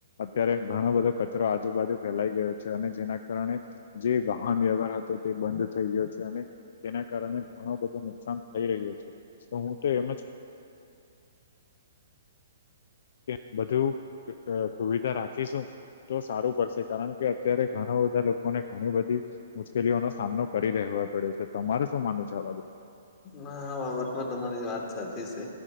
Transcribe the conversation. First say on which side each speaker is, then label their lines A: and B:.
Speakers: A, on the left (about 60°); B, on the left (about 35°).
A: અત્યારે ઘણો બધો કચરો આજુબાજુ ફેલાઈ ગયો છે અને જેના કારણે. જે વાહન વ્યવહાર હતો તે બંધ થઈ ગયો છે અને તેના કારણે ઘણો બધો નુકસાન થઈ રહ્યો છે તો હું તો એમ જ કે બધું સુવિધા રાખીશું તો સારું પડશે કારણ કે અત્યારે ઘણા બધા લોકો લોકોને ઘણી બધી મુશ્કેલીઓનો સામનો કરી રહેવા પડ્યો છે તમારે શું માન છે આ બાબત
B: ના આ બાબતમાં તમારી વાત સાચી છે.